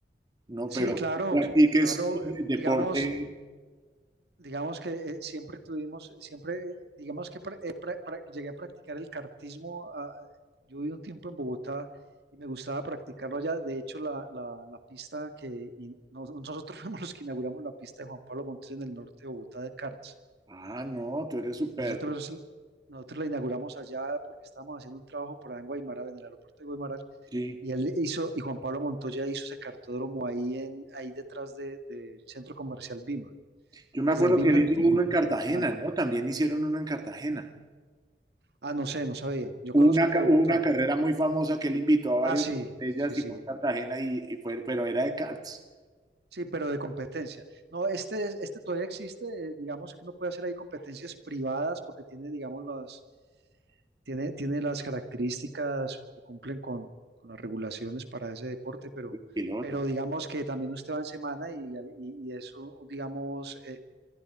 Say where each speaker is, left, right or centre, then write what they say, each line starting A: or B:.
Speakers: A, on the right (about 20°); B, on the right (about 70°).
A: no,
B: Sí,
A: pero
B: claro,
A: practiques
B: cl- claro. eh,
A: deporte.
B: Digamos, Digamos que eh, siempre tuvimos, siempre, eh, digamos que pra- eh, pra- pra- llegué a practicar el cartismo. ah, yo viví un tiempo en Bogotá y me gustaba practicarlo allá. De hecho, la, la- la pista que in- nos- nosotros <laughs> fuimos los que inauguramos la pista de Juan Pablo Montoya en el norte de Bogotá de karts.
A: Ah, no, tú eres
B: Eh,
A: súper.
B: Nosotros, nosotros la inauguramos allá porque estábamos haciendo un trabajo por allá en Guaymaral, en el aeropuerto de Guaymaral.
A: Sí.
B: Y él hizo, y Juan Pablo Montoya hizo ese cartódromo ahí, en, ahí detrás de- del centro comercial Bima,
A: Yo me
B: pues
A: acuerdo
B: del Bima
A: que él
B: antiguo.
A: hizo uno en Cartagena,
B: Bima antiguo.
A: ¿no? También hicieron uno en Cartagena.
B: Ah, no sé, no sabía. Yo
A: Hubo
B: conozco
A: Una,
B: el
A: ca-
B: de Bogotá.
A: hubo una carrera muy famosa que él invitó a varias
B: Ah, sí,
A: de
B: sí,
A: ellas
B: sí.
A: y fue en Cartagena y, y fue, pero era de karts,
B: Sí, pero de competencia. No, este, es- este todavía existe. eh, digamos que uno puede hacer ahí competencias privadas porque tiene, digamos, las, tiene, tiene las características que cumplen con, con las regulaciones para ese deporte, pero,
A: el piloto.
B: pero digamos que también usted va en semana y, y- y eso, digamos, eh,